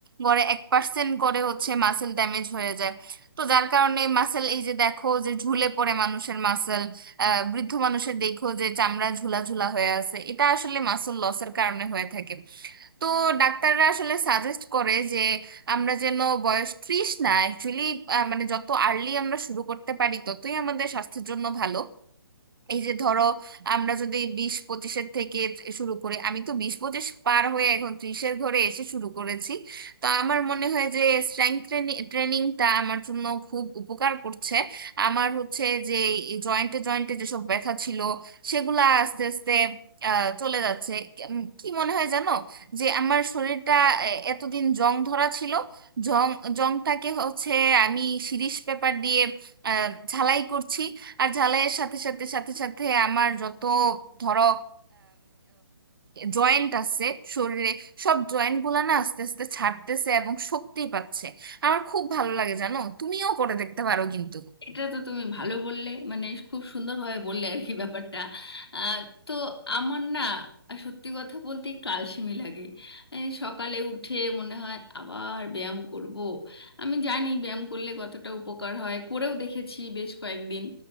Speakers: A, on the right; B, on the left.
A: গড়ে এক পার্সেন্ট করে হচ্ছে মাসেল ড্যামেজ হয়ে যায় তো যার কারণে মাসেল এই যে দেখো যে ঝুলে পড়ে মানুষের মাসেল আহ বৃদ্ধ মানুষের দেখো যে চামড়া ঝুলা ঝুলা হয়ে আছে এটা আসলে মাসল লসের কারণে হয়ে থাকে তো ডাক্তাররা আসলে সাজেস্ট করে যে আমরা যেন বয়স ত্রিশ না অ্যাকচুয়ালি মানে যত আর্লি আমরা শুরু করতে পারি ততই আমাদের স্বাস্থ্যের জন্য ভালো এই যে ধরো আমরা যদি বিশ পঁচিশের থেকে শুরু করে আমি তো বিশ পঁচিশ পার হয়ে এখন ত্রিশের ঘরে এসে শুরু করেছি তো আমার মনে হয় যে স্ট্রেংথ ট্রেনিংটা আমার জন্য খুব উপকার করছে আমার হচ্ছে যে জয়েন্টে জয়েন্টে যেসব ব্যথা ছিল সেগুলা আস্তে আস্তে আহ, চলে যাচ্ছে উম, কি মনে হয় জানো যে আমার শরীরটা এ- এতদিন জং ধরা ছিল জং জংটাকে হচ্ছে আমি শিরিষ পেপার দিয়ে আহ, ঝালাই করছি আর ঝালাইয়ের সাথে সাথে সাথে সাথে আমার যত ধরো জয়েন্ট আছে শরীরে সব জয়েন্ট গুলা না আস্তে আস্তে ছাড়তেছে এবং শক্তি পাচ্ছে আমার খুব ভালো লাগে জানো তুমিও করে দেখতে পারো কিন্তু
B: এটা তো তুমি ভালো বললে মানে খুব সুন্দরভাবে বললে আর কি ব্যাপারটা আহ, তো আমার না সত্যি কথা বলতে একটু আলসেমি লাগে এই সকালে উঠে মনে হয় আবার ব্যায়াম করব আমি জানি ব্যায়াম করলে কতটা উপকার হয় করেও দেখেছি বেশ কয়েকদিন